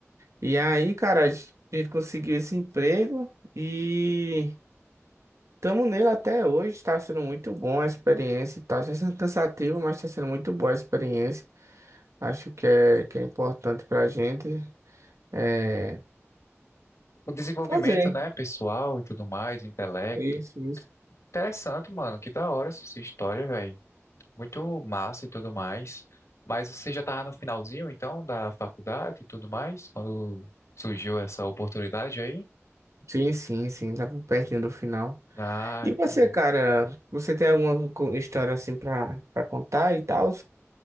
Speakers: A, on the right; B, on the left.
A: E aí, cara, a gente a gente conseguiu esse emprego e estamos nele até hoje. Está sendo muito bom a experiência e tal. Está sendo cansativo, mas está sendo muito boa a experiência. Acho que é, que é importante para a gente é,
B: O desenvolvimento,
A: fazer
B: né, pessoal e tudo mais, intelecto.
A: isso, isso.
B: Interessante, mano. Que da hora essa sua história, velho. Muito massa e tudo mais. Mas você já tava no finalzinho, então, da faculdade e tudo mais, quando surgiu essa oportunidade aí?
A: Sim, sim, sim, tá pertinho do final.
B: Ah,
A: E
B: entendi.
A: você, cara, você tem alguma co- história assim pra, pra contar e tal?